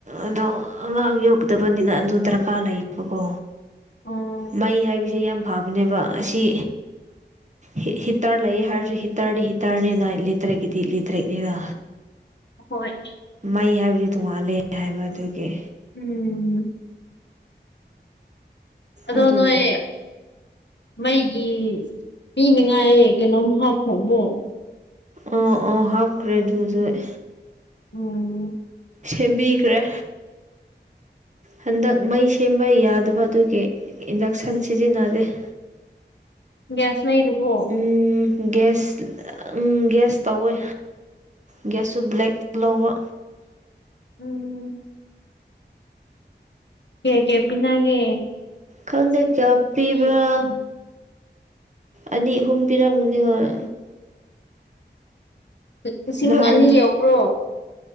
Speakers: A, on the right (about 40°); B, on the left (about 70°).
A: ꯑꯗꯣ ꯑꯉꯥꯡ ꯌꯧꯗꯕꯅꯤꯅ ꯑꯗꯨ ꯗꯔ ꯀꯥꯔ ꯂꯩꯌꯦꯕꯀꯣ
B: ꯎꯝ
A: ꯃꯩ ꯍꯥꯏꯕꯁꯦ ꯌꯥꯝ ꯐꯕꯅꯦꯕ ꯑꯁꯤ ꯍꯤ ꯍꯤꯇꯔ ꯂꯩꯌꯦ ꯍꯥꯏꯔꯁꯨ ꯍꯤꯇꯔꯗꯤ ꯍꯤꯇꯔꯅꯤꯅ ꯏꯂꯦꯇ꯭ꯔꯤꯛꯀꯤꯗꯤ ꯏꯂꯦꯇꯔꯤꯛꯅꯤꯅ
B: ꯍꯣꯏ
A: ꯃꯩ ꯍꯥꯏꯕꯗꯤ ꯇꯣꯡꯉꯥꯟꯂꯦ ꯍꯥꯏꯕ ꯑꯗꯨꯒꯤ
B: ꯎꯝ ꯑꯗꯣ
A: ꯑꯗꯨ
B: ꯅꯣꯏ ꯃꯩꯒꯤ ꯄꯤꯅꯤꯡꯉꯥꯏ ꯀꯩꯅꯣꯝ ꯍꯥꯞꯈ꯭ꯔꯕꯣ
A: ꯑꯣ ꯑꯣ ꯍꯥꯞꯈ꯭ꯔꯦ ꯑꯗꯨꯗꯩ
B: ꯎꯝ
A: ꯁꯦꯝꯕꯤꯈ꯭ꯔꯦ ꯍꯟꯗꯛ ꯃꯩ ꯁꯦꯝꯕ ꯌꯥꯗꯕ ꯑꯗꯨꯒꯤ ꯏꯟꯗꯛꯁꯟ ꯁꯤꯖꯤꯟꯅꯔꯦ
B: ꯒ꯭ꯌꯥꯁ ꯂꯩꯔꯕꯣ
A: ꯎꯝ ꯒ꯭ꯌꯥꯁ ꯎꯝ ꯒ꯭ꯌꯥꯁ ꯇꯧꯋꯦ ꯒꯌ꯭ꯥꯁ ꯁꯨ ꯕꯂꯦꯛ ꯂꯧꯕ
B: ꯎꯝ ꯀꯌꯥ ꯀꯌꯥ ꯄꯤꯅꯒꯦ
A: ꯈꯪꯗꯦ
B: ꯂꯤꯁꯤꯡ
A: ꯀꯌꯥ ꯄꯤꯕ꯭ꯔꯥ
B: ꯑꯍꯨꯝ
A: ꯑꯅꯤ ꯑꯍꯨꯝ ꯄꯤꯔꯝꯃꯅꯤ ꯍꯣꯏ
B: <unintelligible>
A: ꯅꯍꯥꯟꯗꯤ
B: ꯑꯅꯤ ꯌꯧꯕ꯭ꯔꯣ